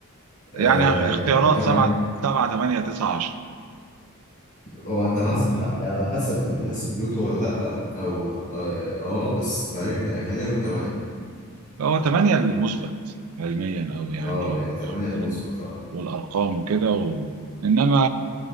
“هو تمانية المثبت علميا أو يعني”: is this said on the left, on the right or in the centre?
Right